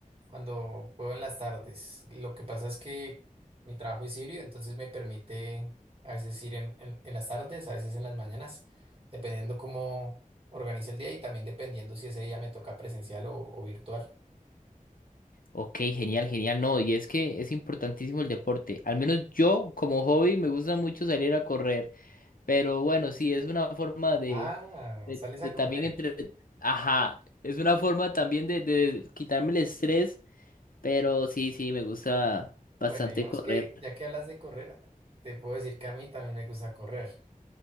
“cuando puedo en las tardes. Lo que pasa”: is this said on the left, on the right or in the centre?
Right